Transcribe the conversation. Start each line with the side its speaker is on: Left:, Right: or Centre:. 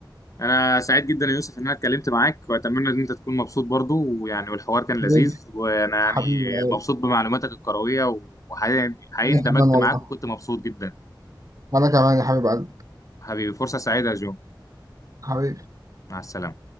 Left: انا سعيد جدا يا يوسف ان انا اتكلمت معاك واتمنى ان انت تكون مبسوط برضو ويعني والحوار كان لذيذ
Right: حبيبي
Left: وانا يعني
Right: حبيبي أيوة.
Left: مبسوط بمعلوماتك الكروية وحقيقي حقيقي
Right: أنا
Left: اندمجت
Right: كمان والله
Left: معاك وكنت مبسوط جدا
Right: وانا كمان يا حبيب قلبي
Left: حبيبي فرصة سعيدة يا جو
Right: حبيبي
Left: مع السلامة